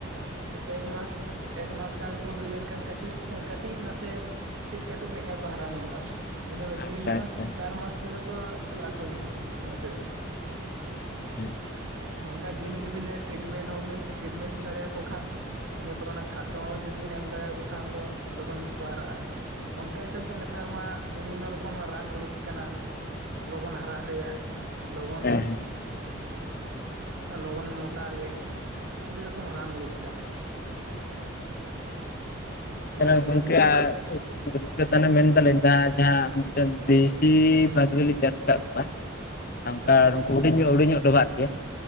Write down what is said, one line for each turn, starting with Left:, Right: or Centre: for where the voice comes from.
Right: ᱮᱠᱢᱟᱥ ᱮᱠᱢᱟᱥ ᱜᱟᱱ ᱠᱚ ᱦᱩᱭ ᱞᱮᱱᱠᱷᱟᱱ ᱠᱟᱹᱴᱤᱡ ᱠᱟᱹᱴᱤᱡ ᱱᱟᱥᱮ ᱥᱤᱵ ᱠᱟᱹᱴᱩᱵ ᱞᱮᱠᱟ ᱠᱚ, ᱦᱟᱨᱟ ᱧᱚᱜᱚᱜᱼᱟ ᱾ ᱤᱱᱟᱹ
Left: ᱟᱪᱪᱷᱟ
Right: ᱛᱤᱱ ᱢᱟᱥ,
Left: ᱟᱪᱪᱷᱟ
Right: ᱪᱟᱨ ᱢᱟᱥ ᱛᱮᱫᱚ ᱠᱚ, ᱞᱟᱹᱴᱩ ᱧᱚᱜᱚᱜᱼᱟ ᱾ ᱤᱱᱟᱹ ᱛᱮᱫᱚ ᱾
Left: ᱦᱮᱸ
Right: ᱚᱱᱠᱟ ᱫᱤᱱ ᱜᱮᱵᱤᱱ, ᱴᱤᱴᱢᱮᱱᱴ ᱦᱚᱸᱵᱤᱱ, ᱴᱤᱴᱢᱮᱱᱴ ᱫᱟᱲᱮᱭᱟᱠᱚ ᱠᱷᱟᱱ ᱤᱱᱟᱹ ᱯᱚᱨᱮ, ᱚᱱᱟ ᱠᱷᱟᱫᱚ ᱦᱚᱸ ᱡᱩᱫᱤ, ᱵᱮᱱ ᱮᱢ ᱫᱟᱲᱮᱭᱟ ᱠᱚ ᱠᱷᱟᱱ ᱫᱚ, ᱞᱚᱜᱚᱱ ᱧᱚᱜ ᱠᱚ ᱦᱟᱨᱟᱜᱼᱟ᱾ ᱾ ᱚᱱᱠᱟ ᱦᱤᱥᱟᱹᱵ ᱛᱮ, ᱱᱮᱛᱟᱨ ᱢᱟ, ᱵᱤᱵᱷᱤᱱᱚ ᱨᱚᱠᱚᱢ ᱨᱟᱱ, ᱩᱰᱩᱠ ᱟᱠᱟᱱᱟ ᱞᱚᱜᱚᱱ ᱦᱟᱨᱟᱜ ᱨᱮᱭᱟᱜ ᱾ ᱞᱚᱜᱚᱱ
Left: ᱦᱮᱸ
Right: ᱞᱚᱜᱚᱱ ᱢᱚᱴᱟᱜ ᱞᱮᱭᱟᱜ, ᱚᱰᱤ ᱨᱚᱠᱚᱢ ᱨᱟᱱ ᱩᱰᱩᱠ ᱟᱠᱟᱱᱟ ᱾
Left: ᱛᱟᱦᱚᱞᱮ,
Right: ᱟᱫᱚ
Left: ᱜᱚᱢᱠᱮ
Right: ᱡᱟᱹᱥᱛᱤ
Left: ᱟᱨ <unintelligible> ᱠᱚᱣᱟ <unintelligible> ᱚᱱᱠᱟ
Right: ᱦᱮᱸ
Left: ᱩᱱᱠᱩ ᱦᱩᱰᱤᱧ ᱧᱚᱜ, ᱦᱩᱰᱤᱧ ᱧᱚᱜ ᱰᱚᱵᱷᱟᱜ ᱛᱮ, ᱜᱮ